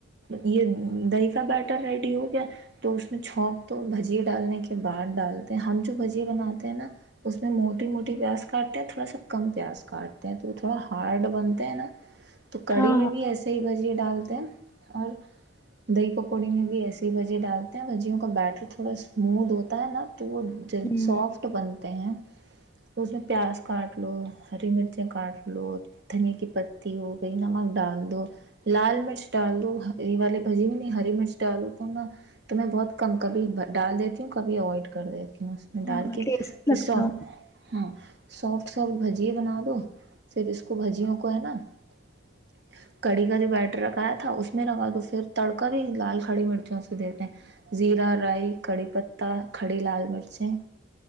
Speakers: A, on the right; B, on the left.
A: یہ دہی کا بیٹر ریڈی ہو گیا تو اس میں چونک دو بھجیے ڈالنے کے بعد ڈالتے ہیں ہم جو بجیے بناتے ہیں نا اس میں موٹی موٹی پیاز کاٹتے ہیں تھوڑا سا کم پیاز کاٹتے ہیں تو تھوڑا ہارڈ بنتے ہیں نا <unintelligible> تو کڑی
B: ہاں
A: میں
B: ہاں
A: بھی ایسے <unintelligible> بھجی ڈالتے ہیں اور دہ پکوڑی میں بھی ایسی بھجے ڈالتے ہیں بھجیوں کا بیٹر تھوڑا اسموت ہوتا ہے نا <unintelligible> تو وہ ج
B: ہوں
A: سافٹ بن <unintelligible> ہیں اس میں پیاز کاٹ لو ہری مرچیں کاٹ لو دھنیا کی پتی ہو گئی نمک ڈال دو <unintelligible> لال مرچ ڈال دووں یہ والے بھجی میں نہیں ہری مرچ ڈالو تو نا تو میں بہت کم کبھی ڈال دیتی ہوں کبھی اوائڈ کر دیتی ہوں <unintelligible> اس میں ڈال
B: ہاں
A: کے
B: ٹیسٹی
A: پھر
B: لگتا
A: سو
B: ہے،
A: ہاں سوفٹ <unintelligible> سافٹ بھجیے بنا دو صر اس کو بھجیوں کو ہے نا <unintelligible> کڑی کا جو بیٹر رکھایا تھا اس میں رکھا تو پھر تڑکا بھی لال کھڑی مرچوں سے دیتے ہیں زیرہ رائی کڑی پتا کھڑی لال مرچیں